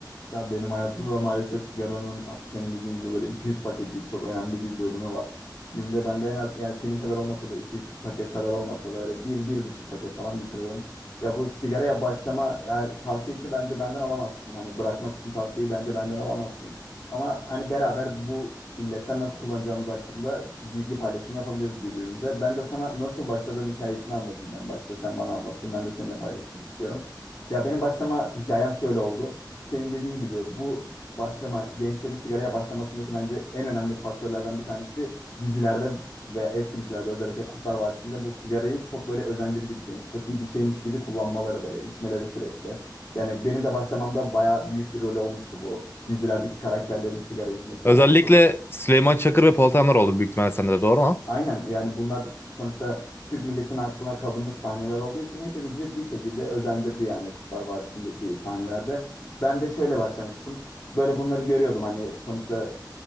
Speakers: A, on the left; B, on the left.
A: Ya benim hayatımda da maalesef sigaranın senin dediğin gibi böyle iki üç paketlik çok önemli bir bölümü var. Günde bende en az yani senin kadar olmasa da iki üç paket kadar olmasa da böyle bir bir buçuk paket falan bitiririm. Ya bu sigaraya başlama yani tavsiyesini bence benden alamazsın. Hani bırakmak için tavsiyeyi bence benden alamazsın. Ama hani beraber bu illetten nasıl kullanacağımız hakkında bilgi paylaşımı yapabiliriz birbirimize. Ben de sana nasıl başladığım hikayesini anlatayım en başta. Sen bana anlattın ben de seninle paylaşmak istiyorum. Ya benim başlama hikayem şöyle oldu senin dediğin gibi bu başlama gençlerin sigaraya başlamasındaki bence en önemli faktörlerden bir tanesi dizilerde ve eski dizilerde özellikle Kurtlar Vadisi'nde bu sigarayı çok böyle özendirici bir şeymiş, çok iyi bir şeymiş gibi kullanmaları böyle içmeleri sürekli. Yani benim de başlamamda bayağı büyük bir rolü olmuştu bu dizilerdeki karakterlerin sigara içmesi,
B: Özellikle
A: o
B: Süleyman Çakır ve Polat Alemdar oldu büyük ihtimalle sende de doğru mu?
A: Aynen yani bunlar sonuçta Türk milletinin aklına kazınmış sahneler olduğu için hepimizi bir şekilde özendirdi yani Kurtlar Vadisi'ndeki sahnelerde. Ben de şöyle başlamıştım. Böyle bunları görüyordum hani sonuçta